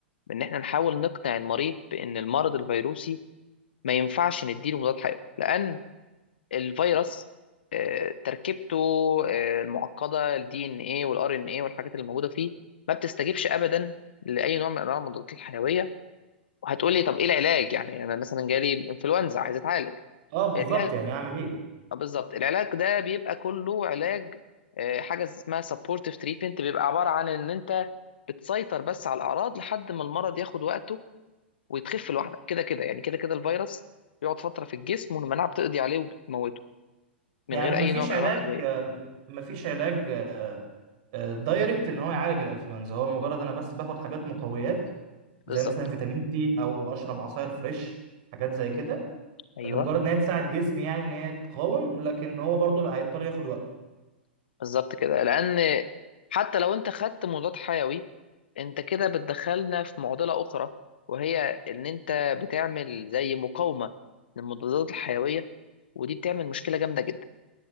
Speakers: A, on the left; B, on the right.
A: بإن إحنا نحاول نقنع المريض بإن المرض الفيروسي ما ينفعش نديله مضاد حيوي لأن الفيروس آه، تركيبته آه، المعقدة الدي ان ايه والار ان ايه والحاجات اللي موجودة فيه ما بتستجيبش أبدا لأي نوع من أنواع المضادات الحيوية وهتقولي طب ايه العلاج يعني انا مثلا جالي انفلونزا عايز اتعالج
B: اه بالظبط
A: العلاج
B: يعني اعمل ايه
A: آه، بالظبط العلاج ده بيبقى كله علاج آه، حاجه اسمها سبورتيف تريتمنت بيبقى عباره عن ان انت بتسيطر بس على الاعراض لحد ما المرض ياخد وقته ويتخف لوحده كده كده يعني كده كده الفيروس بيقعد فتره في الجسم والمناعه بتقضي عليه وبتموته من
B: يعني
A: غير
B: مفيش
A: اي نوع من
B: علاج
A: انواع الادويه
B: آه، مفيش علاج آه، آه، دايركت ان هو يعالج الانفلونزا هو مجرد انا بس باخد حاجات مقويات
A: بالظبط
B: زي مثلا فيتامين سي او اشرب عصاير فريش حاجات زي كده
A: ايوه
B: لمجرد ان هي تساعد جسمي يعني ان هي تقاوم لكن هو برضو لا، هيضطر ياخد وقته
A: بالظبط كده لان حتى لو انت خدت مضاد حيوي انت كده بتدخلنا في معضلة أخرى وهي إن أنت بتعمل زي مقاومة للمضادات الحيوية ودي بتعمل مشكلة جامدة جدا